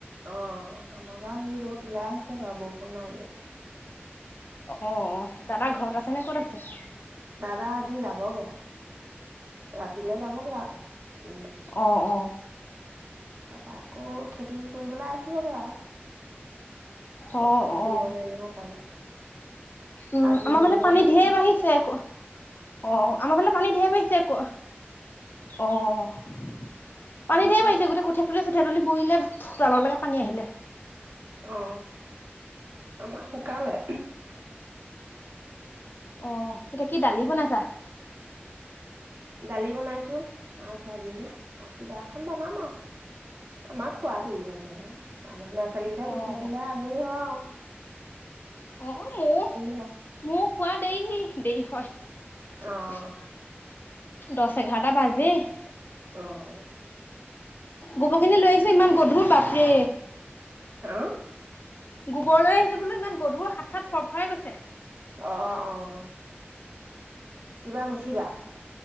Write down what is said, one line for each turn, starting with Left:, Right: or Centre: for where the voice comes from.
Right: অঁ আমাৰ বা সেই ৰ'দ ওলাই আহিছে বাৰু বৰষুণ নাই দিয়া।
Left: অ অ দাদা ঘৰত আছে নে ক'ত আছে?
Right: দাদা আজি যাবগে ৰাতিলে যাবগে আও উম।
Left: অঁ অঁ
Right: তাৰপৰা আকৌ খেতি কৰিবলৈ আহিবগৈ আও। আকৌ
Left: অ
Right: খেতি কৰিব
Left: অ
Right: নোৱাৰি নহয় অকলে।
Left: উম
Right: আধি
Left: আমাৰ
Right: দিবলৈও
Left: মানে পানী
Right: নহ'লে
Left: ঢেৰ বাঢ়িছে আকৌ। অ আমাৰ ফালে পানী ঢেৰ বাঢ়িছে আকৌ। অ পানী
Right: আমাৰ
Left: ঢেৰ
Right: ফালে
Left: বাঢ়িছে গোটেই কঠীয়া তলি চঠিয়া তলি বোৰিলে চোতাললৈকে পানী আহিলে।
Right: অ আমাৰ শুকালে।
Left: অ' এতিয়া কি দালি বনাইছা?
Right: দালি বনাইছোঁ, মাছ ভাজিলোঁ আৰু কিবা এখন বনাম আও। আমাক খোৱা দেৰি হয় নহয়, আমাৰ ল'ৰা ছোৱালী কেইটাক
Left: অ
Right: পঠিয়াই
Left: অ
Right: দিলে আজৰি হও।
Left: অ' মোৰ
Right: হয়।
Left: মোক খোৱা দেহি দেৰি হয়।
Right: অ'
Left: দছ এঘাৰটা বাজেই।
Right: অ'।
Left: গোবৰখিনি লৈ আহিছোঁ, ইমান গধুৰ বাপৰে।
Right: হা?
Left: গোবৰলৈ আহিছোঁ বোলো ইমান গধুৰ, হাত চাত ফৰফৰাই গৈছে।
Right: অ', অ'। কিবা মচিবা?